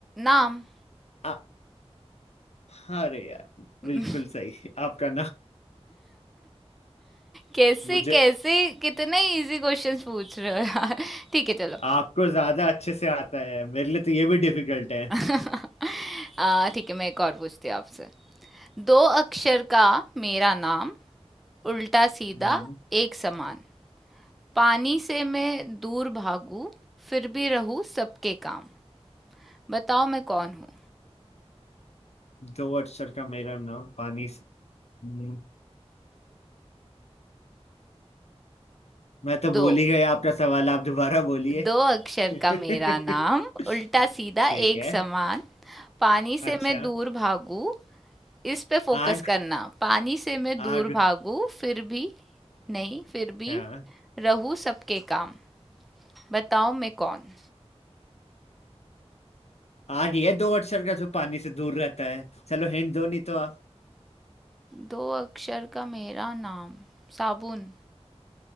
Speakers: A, in the centre; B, on the left.
A: नाम
B: आ, अरे यार
A: <laughs>
B: बिल्कुल सही आपका
A: कैसे
B: मुझे
A: कैसे कितने इजी क्वेश्चंस पूछ रहे हो यार ठीक है चलो
B: आपको ज्यादा अच्छे से आता है मेरे लिए तो ये भी डिफिकल्ट है
A: <laughs> आ, ठीक है मैं एक और पूछती हूँ आपसे दो अक्षर का मेरा नाम उल्टा सीधा
B: हम्म,
A: एक समान पानी से मैं दूर भागू फिर भी रहूं सबके काम बताओ मैं कौन हूँ
B: दो अक्षर का मेरा नाम पानी से हम्म, मैं तो
A: दो
B: भूल ही गया आपका सवाल आप दोबारा बोलिए
A: दो अक्षर
B: <laughs>
A: का मेरा नाम उल्टा सीधा
B: ठीक
A: एक
B: है
A: समान पानी से
B: अच्छा
A: मैं दूर भागू इस पे फोकस
B: आग
A: करना पानी से मैं
B: आग
A: दूर भागू फिर भी नहीं फिर भी
B: हाँ
A: रहू सबके काम बताओ मैं कौन
B: आग ये दो अक्षर का जो पानी से दूर रहता है चलो हिंट दो नहीं तो आप
A: दो अक्षर का मेरा नाम साबुन